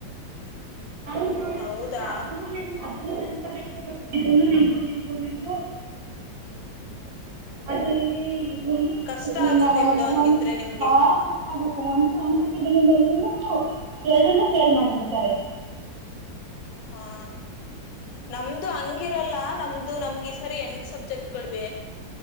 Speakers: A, on the right (about 75°); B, on the left (about 90°).
A: ನ
B: ಹೌದಾ
A: ಅದನ್ನ ಅದನ್ನ ನೆನ್ಪ <inaudible> <unintelligible> ಬೇಕು ಅದ್ರಲ್ಲಿ ಒ
B: ಕಷ್ಟ ಆಗುತ್ತೆ ಬಿಡು ಹಂಗಿದ್ರೆ ನಿಮ್ಗೆ
A: ಬಾಳುತ್ತೆ ಒ ಅಂಕ ಕಡಿಮೆ ಬಲ್ ಎರಡನ್ನು ಸೇಲ್ ಮಾಡ್ಬಿಡ್ತಾರೆ
B: ಹಾ ನಮ್ದು ಹಂಗಿರಲ್ಲ ನಮ್ದು ನಮ್ಗೆ ಈ ಸರಿ ಎಂಟ ಸಬ್ಜೆಕ್ಟ್ಗಳಿವ